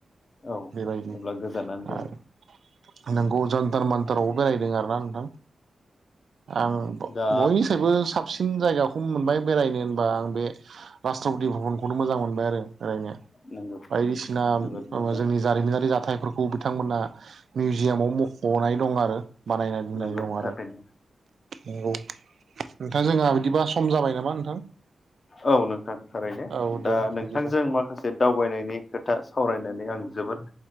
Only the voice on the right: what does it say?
बेबायदि
आरो नोंगौ जन्थार मानथारावबो बेरायदों आरोना नोंथां आं
बयनिसायबो साबसिन बांसिन जायगाखौनो मोनबाय बेरायनो होनबा आं बे रास्ट्रपति भबनखौनो मोजां मोनबाय आरो बेरायनो
बायदिसिना
जोंनि जारिमिनारि जाथाय फोरखौ बिथांमोनहा मिउजियामाव मखनाय दं आरो बानायना दोननाय
दं
आरो नंगौ नोंथां जोंहा बिदिबा सम जाबाय नामा नोंथां
औ दे
बिदिबा